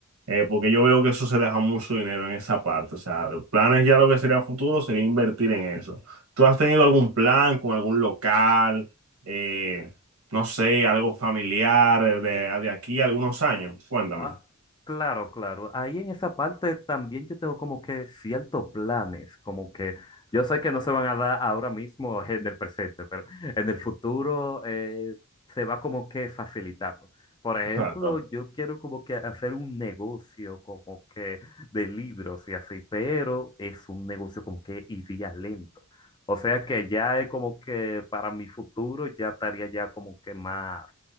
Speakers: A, on the right; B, on the left.
A: Eh, porque yo veo que eso se deja mucho dinero en esa parte, o sea, planes ya lo que sería a futuro sería invertir en eso. ¿Tú has tenido algún plan con algún local, eh, no sé, algo familiar eh, de, de aquí a algunos años? Cuéntame.
B: Ah, claro, claro. Ahí en esa parte también yo tengo como que ciertos planes, como que yo sé que no se van a dar ahora mismo en el presente, pero en el futuro eh, se va como que facilitando. Por ejemplo,
A: Exacto.
B: yo quiero como que hacer un negocio como que de libros y así, pero es un negocio como que iría lento. O sea que ya es como que para mi futuro ya estaría ya como que más